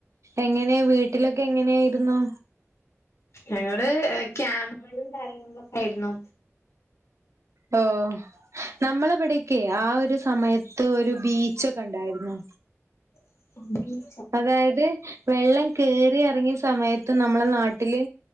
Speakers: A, on the right (about 65°); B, on the left (about 60°).
A: എങ്ങനെയ വീട്ടിലൊക്കെ, എങ്ങനെയാരുന്നു
B: ഞങ്ങളോട് ക്യാമ്പിലും കാര്യങ്ങളൊക്ക ആയിരുന്നു.
A: ഓ നമ്മളെവിടക്കെ ആ ഒരു സമയത്ത് ഒരു ബീച്ച്ക്കെ ഉണ്ടായിരുന്നു.
B: ഉ.....
A: അതായത് വെള്ളം കേറി ഇറങ്ങിയ സമയത്ത് നമ്മടെ നാട്ടില്